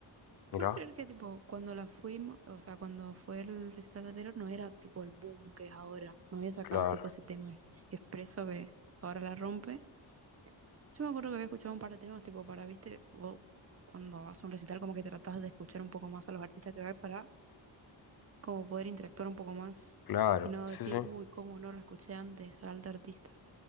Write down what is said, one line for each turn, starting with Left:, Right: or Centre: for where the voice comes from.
Left: mira,
Right: ¿Puedes creer que tipo cuando la fuimos, o sea, cuando fue el recital de Taylor no era tipo el boom que es ahora? No había sacado
Left: claro,
Right: tipo ese tema expreso que ahora la rompe. Yo me acuerdo que había escuchado un par de temas, tipo, para, viste, vos cuando vas a un recital como que tratás de escuchar un poco más a los artistas que vas para como poder interactuar un poco más
Left: claro,
Right: y no
Left: sí,
Right: decir,
Left: sí.
Right: uy, cómo no lo escuché antes al tal artista.